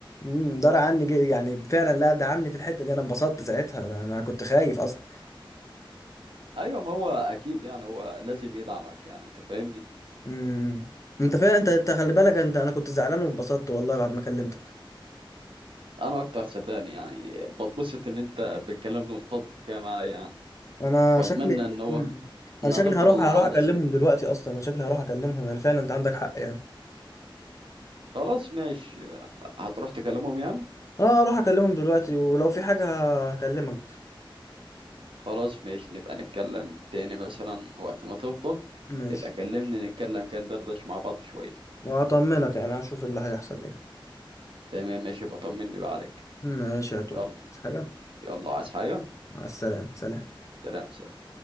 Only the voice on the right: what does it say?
ايوه ما هو اكيد يعني هو لازم يدعمك يعني انت فاهمني
انا اكتر صدقني يعني بتبسط ان انت بتكلمني وتفضفض كده معايا يعني
واتمنى
ان هو
انها
تفضل
عاده
سليمه
خلاص ماشي هتروح تكلمهم يعني
خلاص ماشي نبقى نتكلم تاني مثلا وقت ما تفضى
ابقى كلمني نتكلم كان دردش مع بعض شوية
تمام ماشي يبقى طمني بقى عليك
يلا
يلا عايز حاجة
سلام سلام